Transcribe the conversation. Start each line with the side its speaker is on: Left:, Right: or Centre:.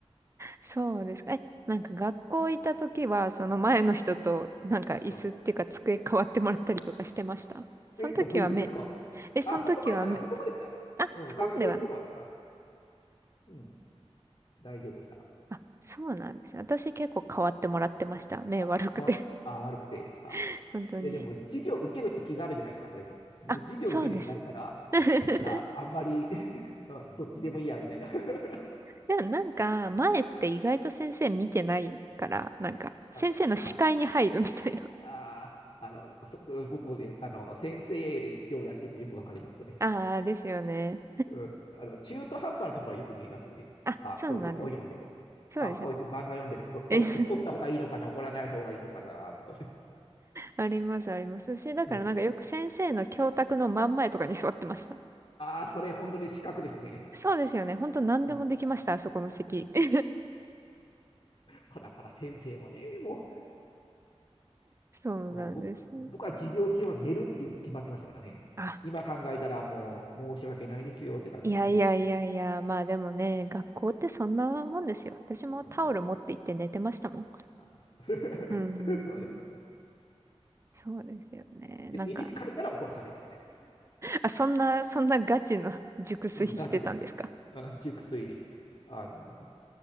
Right: そうですか。え、なんか学校行った時は、その前の人と、なんか椅子っていうか机変わってもらったりとかしてましたその時は目、
Left: た。うん、え、どどういうことですかあ、
Right: え、その時は目、
Left: そこまではない、そこまではない。
Right: あ、
Left: うん、
Right: そこまではない。
Left: 学生の頃は、あうん、大丈夫でした。
Right: あ、そうなんですね。私結構変わってもらってました。目悪くて。
Left: あ、変わっ、あ、悪くて、あ、
Right: <laughs> 本当に。
Left: いや、でも、授業受けるって気があるじゃないですか、それって。僕、
Right: あ、
Left: 授業受ける気ないから、
Right: そうです。<laughs>
Left: から、あんまり <laughs> どっちでもいいや、みたいな。<laughs>
Right: でもなんか、前って意外と先生見てないから、なんか、先生の視界に入るみたいな。
Left: あ、あ、あ、あの、そ僕もね、あの、先生授業をやってみてよくわかります、それ。
Right: ああ、ですよね。
Left: うん、あの、中途半端なところはよく見えますよね。
Right: あ、
Left: あ、
Right: そうなんです。
Left: こいつ本読んでる。
Right: そうですよ。
Left: あ、こいつ漫画読んでる。これ、これ怒った方がいいのかな、
Right: <laughs>
Left: 怒らない方がいいのかな、と。
Right: あります、あります。し、だからなんかよく先生の教卓の真ん前とかに座ってました。
Left: うん。ああ、それ本当に資格ですね。
Right: そうですよね。ほんと何でもできました、
Left: うん。<laughs>
Right: あそこの席。<laughs>
Left: こらこら、先生もね、もう。
Right: そうなんです。
Left: もう僕僕は授業中は寝るっていうの決まってましたからね。
Right: あ、
Left: 今考えたらもう申し訳ないですよって感じです、
Right: いやいやいやいや、
Left: 先生。
Right: まあでもね、学校ってそんなもんですよ。私もタオル持って行って寝てましたもん。
Left: うん、あ <laughs>
Right: うんうんうん。
Left: そうですよね。
Right: そうですよね。
Left: で、
Right: なんか、
Left: いびきかいたら怒らされるみたい
Right: あ、そんな、そんなガチの <laughs> 熟睡してたんですか
Left: な。うん、ガチです。あ熟睡で。あの、